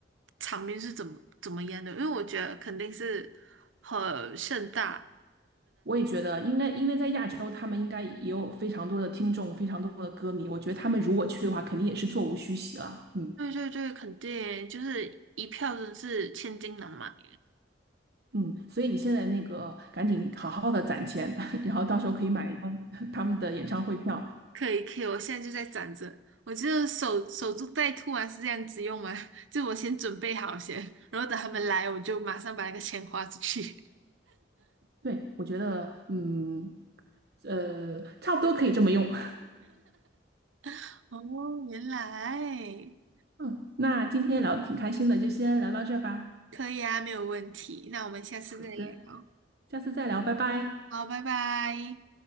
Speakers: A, on the right (about 85°); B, on the right (about 55°).
A: 场面是怎么怎么样的，因为我觉得肯定是很盛大。
B: 我也觉得应该，因为在亚洲，他们应该也有非常多的听众，非常多的歌迷。我觉得他们如果去的话，肯定也是座无虚席了。嗯
A: 对对对，肯定就是一票真的是千金难买。
B: 嗯，所以你现在那个赶紧好好的攒钱，<laughs> 然后到时候可以买一张 <laughs> 他们的演唱会票。
A: 可以可以，我现在就在攒着。我就守守株待兔啊，是这样子用吗？<laughs> 就我先准备好先，然后等他们来，我就马上把那个钱花出去。
B: 对，我觉得，嗯，呃，差不多可以这么用。
A: <laughs> 哦，原来
B: <laughs> 嗯，那今天聊的挺开心的，就先聊到这儿吧。
A: 可以啊，没有问题。那我们下次再聊。
B: 好的。下次再聊，拜拜。
A: 好，拜拜。